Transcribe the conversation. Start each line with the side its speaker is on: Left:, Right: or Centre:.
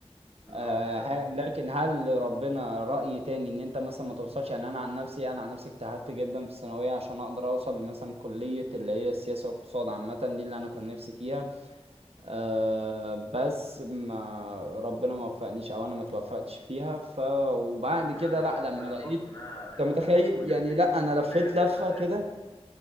Left: بالظبط
Right: آه
Left: فعلا
Right: ه- لكن هل ربنا رأي تاني ان انت مثلا ما توصلش يعني انا عن نفسي انا عن نفسي اجتهدت جدا في الثانوية عشان اقدر اوصل مثلا كلية اللي هي السياسة والاقتصاد عامة دي اللي انا كان نفسي فيها أه بس ما ربنا ما وفقنيش او انا ما توفقتش فيها ف وبعد
Left: ما
Right: كده
Left: انا عايز اقول
Right: لا
Left: لك
Right: لما
Left: فعلا
Right: لقيت
Left: برضو ان انا يعني
Right: انت متخيل
Left: انا لما جات
Right: يعني
Left: لي
Right: لا انا
Left: الكليه
Right: لفيت
Left: ديت
Right: لفه
Left: انا زعلت
Right: كده